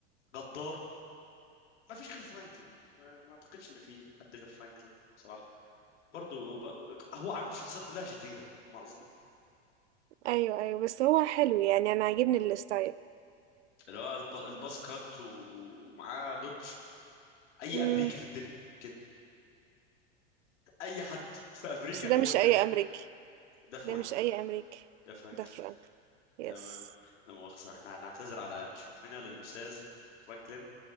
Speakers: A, on the left (about 90°); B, on the right (about 75°).
A: غدار ما فيش غير فرانكلين ما, ما اعتقدش ان في حد غير فرانكلين بصراحه برضه ب... ب... هو عامل الشخصيات كلها شريره ما قصدي
B: أيوه أيوه بس هو حلو يعني أنا عاجبني الستايل
A: اللي هو الب... الباز كات و... ومعاه دوج اي
B: مم.
A: امريكي في الدنيا كده اي حد في امريكا
B: بس ده
A: هو
B: مش
A: كده
B: أي أمريكي
A: ده فرانكلين
B: ده مش أي أمريكي
A: ده فرانكلين
B: ده فرانكلين يس
A: تمام لا مؤاخذه احنا هنعتذر على شتمنا للاستاذ فرانكلين